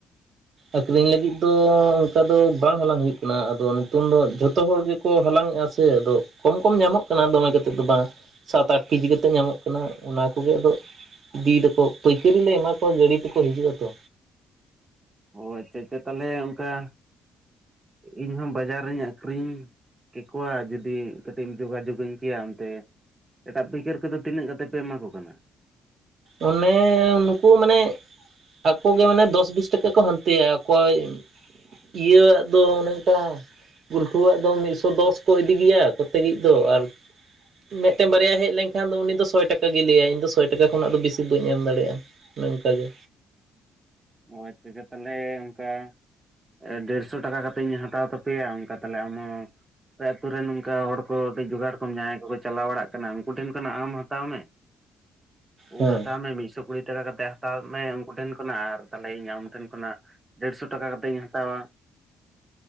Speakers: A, on the right (about 60°); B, on the right (about 25°).
A: ᱟᱠᱠᱷᱨᱤᱧ ᱞᱟᱹᱜᱤᱫ ᱫᱚ ᱚᱱᱠᱟ ᱫᱚ ᱵᱟᱝ ᱦᱟᱞᱟᱝ ᱦᱩᱭᱩᱜ ᱠᱟᱱᱟ ᱟᱫᱚ ᱱᱤᱛᱚᱝ ᱫᱚ ᱡᱷᱚᱛᱚ ᱦᱚᱲ ᱜᱮ ᱠᱚ ᱦᱟᱞᱟᱝᱮᱜᱼᱟ ᱥᱮ ᱟᱫᱚ ᱠᱚᱢ ᱠᱚᱢ ᱧᱟᱢᱚᱜ ᱠᱟᱱᱟ ᱫᱚᱢᱮ ᱠᱟᱛᱮᱫ ᱫᱚ ᱵᱟᱝ᱾ ᱥᱟᱛ ᱟᱴ ᱠᱤᱡᱤ ᱠᱟᱛᱮᱜ ᱧᱟᱢᱚᱜ ᱠᱟᱱᱟ ᱚᱱᱟ ᱠᱚᱜᱮ ᱟᱫᱚ ᱤᱫᱤᱭ ᱫᱟᱠᱚ ᱯᱟᱹᱭᱠᱟᱹᱨᱤ ᱞᱮ ᱮᱢᱟ ᱠᱚᱣᱟ ᱜᱟᱹᱲᱤ ᱛᱮᱠᱚ ᱦᱤᱡᱩᱜ-ᱟ ᱛᱚ᱾
B: ᱚ ᱟᱪᱪᱷᱟ ᱟᱪᱪᱷᱟ ᱛᱟᱞᱦᱮ ᱚᱝᱠᱟ ᱤᱧᱦᱚᱸ ᱵᱟᱡᱟᱨᱤᱧ ᱟᱹᱠᱷᱨᱤᱧ ᱠᱮᱠᱚᱣᱟ ᱡᱩᱫᱤ ᱠᱟᱹᱴᱤᱡ ᱮᱢ ᱡᱳᱜᱟᱡᱳᱜᱽᱟᱹᱧ ᱠᱮᱭᱟ ᱚᱱᱛᱮ ᱮᱴᱟᱜ ᱯᱟᱹᱭᱠᱟᱹᱨ ᱠᱚᱫᱚ ᱛᱤᱱᱟᱹᱜ ᱠᱟᱛᱮ ᱯᱮ ᱮᱢᱟ ᱠᱚ ᱠᱟᱱᱟ?
A: ᱚᱱᱮ ᱱᱩᱠᱩ ᱢᱟᱱᱮ ᱟᱠᱚ ᱜᱮ ᱢᱟᱱᱮ ᱫᱚᱥ ᱵᱤᱥ ᱴᱟᱠᱟ ᱠᱚ ᱦᱟᱸᱱᱛᱮᱭᱟ ᱚᱠᱚᱭ ᱤᱭᱟᱹᱣᱟᱜ ᱫᱚ ᱚᱱᱮ ᱚᱝᱠᱟ ᱜᱩᱞᱴᱩᱣᱟᱜ ᱫᱚ ᱢᱤᱜᱥᱚ ᱫᱚᱥ ᱠᱚ ᱤᱫᱤ ᱜᱮᱭᱟ ᱠᱚᱛᱮᱜᱤᱡ ᱫᱚ ᱟᱨ ᱢᱮᱜᱴᱮᱱ ᱵᱟᱨᱭᱟ ᱦᱮᱡ ᱞᱮᱱᱠᱷᱟᱱ ᱫᱚ ᱩᱱᱤ ᱫᱚ ᱥᱚᱭ ᱴᱟᱠᱟ ᱜᱮᱭ ᱞᱟᱹᱭᱟᱭ ᱤᱧ ᱫᱚ ᱥᱚᱭ ᱴᱟᱠᱟ ᱠᱷᱚᱱᱟᱜ ᱫᱚ ᱵᱮᱥᱤ ᱵᱟᱹᱧ ᱮᱢ ᱫᱟᱲᱮᱜ-ᱟ ᱚᱱᱮ ᱚᱱᱠᱟ ᱜᱮ᱾
B: ᱚ ᱟᱪᱪᱷᱟ ᱪᱷᱟ, ᱛᱟᱞᱦᱮ ᱚᱝᱠᱟ ᱮ ᱰᱮᱲᱥᱚ ᱴᱟᱠᱟ ᱠᱟᱛᱮᱧ ᱦᱟᱛᱟᱣ ᱛᱟᱯᱮᱭᱟ ᱚᱱᱠᱟ ᱛᱟᱦᱚᱞᱮ ᱟᱢ ᱦᱚᱸ ᱟᱯᱮ ᱟᱛᱩ ᱨᱮᱱ ᱱᱚᱝᱠᱟ ᱦᱚᱲ ᱠᱚ ᱠᱟᱹᱴᱤᱡ ᱡᱚᱜᱟᱲ ᱠᱚᱢ ᱡᱟᱦᱟᱸᱭ ᱠᱚᱠᱚ ᱪᱟᱞᱟᱣ ᱵᱟᱲᱟᱜ ᱠᱟᱱᱟ ᱩᱱᱠᱩ ᱴᱷᱮᱱ ᱠᱷᱚᱱᱟᱜ ᱟᱢ ᱦᱟᱛᱟᱣ ᱢᱮ,
A: ᱦᱮᱸ
B: ᱩᱫᱽ ᱦᱟᱛᱟᱣ ᱢᱮ ᱢᱤᱜᱥᱚ ᱠᱩᱲᱤ ᱴᱟᱠᱟ ᱠᱟᱛᱮᱫ ᱦᱟᱛᱟᱣ ᱢᱮ ᱩᱱᱠᱩ ᱴᱷᱮᱱ ᱠᱷᱚᱱᱟᱜ ᱟᱨ ᱛᱟᱞᱦᱮ ᱤᱧ ᱟᱢ ᱴᱷᱮᱱ ᱠᱷᱚᱱᱟᱜ ᱰᱮᱲᱥᱚ ᱴᱟᱠᱟ ᱠᱟᱛᱮᱧ ᱦᱟᱛᱟᱣᱟ᱾